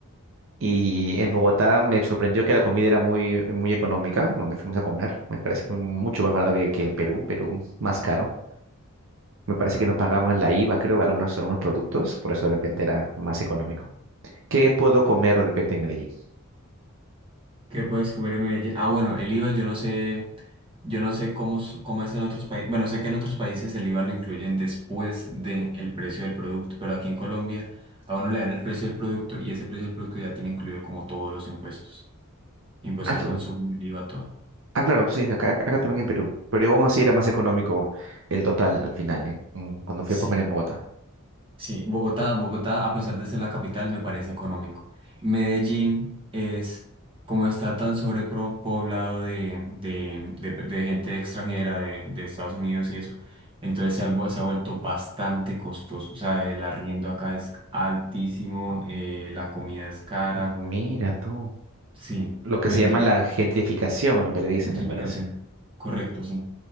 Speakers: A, on the right; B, on the right.
A: y en Bogotá me sorprendió que la comida era muy, muy económica, donde fuimos a comer. Me pareció muy- mucho más barato que, que en Perú, en Perú más caro. Me parece que no pagaban la IVA, creo, de algunos, algunos productos, por eso de repente era más económico. ¿Qué puedo comer de repente en Medellín?
B: ¿Qué puedes comer en Medellín? Ah, bueno, el IVA yo no sé, yo no sé cómo, es- cómo es en otros países. Bueno, sé que en otros países el IVA lo incluyen después del precio del producto, pero aquí en Colombia a uno le dan el precio del producto y ese precio del producto ya tiene incluido como todos los impuestos. Impuesto
A: Ah, claro.
B: al consumo, el IVA, todo.
A: Ah, claro, sí, acá, acá también en Perú. Pero aún así era más económico el total al final, ¿eh? Mm, Cuando fui
B: Sí,
A: a comer en Bogotá.
B: sí. Bogotá, Bogotá, a pesar de ser la capital, me parece económico. Medellín es, como está tan sobrepoblado de, de, de, de gente extranjera de, de Estados Unidos y eso, entonces se ha, vu- se ha vuelto bastante costoso. O sea, el arriendo acá es altísimo, eh, la comida es cara.
A: Mira tú.
B: Sí,
A: Lo que
B: Medellín,
A: se llama la gentrificación, lo que le dicen,
B: gentrificación.
A: me parece.
B: Correcto, sí.